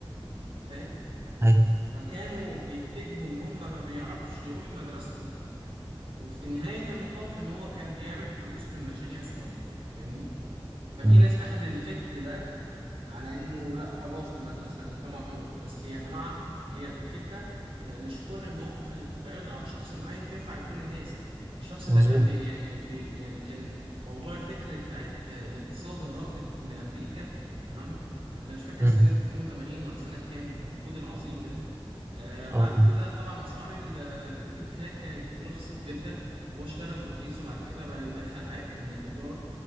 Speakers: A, on the right (about 80°); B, on the right (about 25°).
A: فاهم
B: ايوه
A: فكانوا بيتجهوا إن هما ما بيعرفش يروح مدرسته وفي نهاية المطاف إن هو كان بيعمل فلوس من مشاريع صغيرة فاهمني ففي
B: مم.
A: ناس أخد الفكر ده على انه لا خلاص المدرسه او الجامعه غلط بس يا جماعه هي الفكره آه، مش كل المواقف اللي بتتعرض على شخص معين تنفع لكل الناس الشخص ده
B: مظبوط
A: كان بي يعني بي يعني كان موضوع الفكر بتاعت آه، الاقتصاد الراكد لامريكا تمام انا مش فاكر
B: مم.
A: سنه 82 ولا سنه كام الركود العظيم ده آه بعد
B: اه
A: كده طبعا اسعار ال- آه، البيوت هناك كانت رخصت جدا هو اشترى بالرخيص وبعد كده بقى يدخل عائد من الايجار